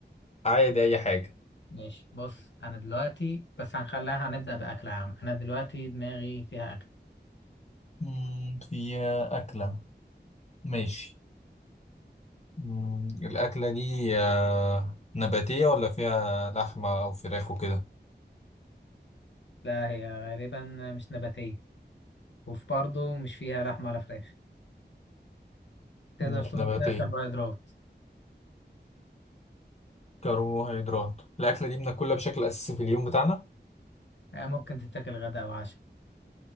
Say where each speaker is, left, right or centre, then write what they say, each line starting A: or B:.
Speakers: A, on the left; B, on the left.
A: عادي اي حاجة
B: ماشي بص انا دلوقتي بس هنخليها هنبدأ بأكل عام انا دلوقتي دماغي فيها اكل
A: مم، في أكلة ماشي مم، الأكلة دي آه، نباتية ولا فيها لحمة أو فراخ وكده
B: لا هي غالبا مش نباتية وفي برضه مش فيها لحم ولا فراخ تقدر
A: مش
B: تقول
A: نباتية
B: فيها كربوهيدرات
A: كربوهيدرات الأكلة دي بناكلها بشكل أساسي في اليوم بتاعنا
B: آه، ممكن تتاكل غدا او عشاء